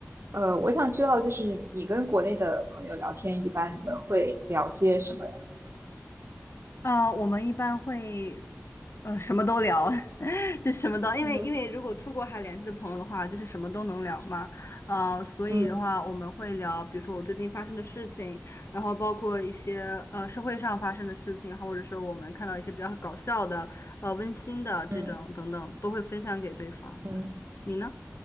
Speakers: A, on the right; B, on the left.
A: 呃，我想知道就是你跟国内的朋友聊天，一般你们会聊些什么呀？
B: 呃，我们一般会，呃，什么都聊，<laughs> 就什么都，因为因为如果出国还联系的朋友的话，
A: 嗯。
B: 就是什么都能聊嘛，呃，所以的话我们会聊，
A: 嗯
B: 比如说我最近发生的事情，然后包括一些呃社会上发生的事情，或者是我们看到一些比较搞笑的、呃温馨的这种等等，
A: 嗯
B: 都会分享给对方。
A: 嗯
B: 对，你呢？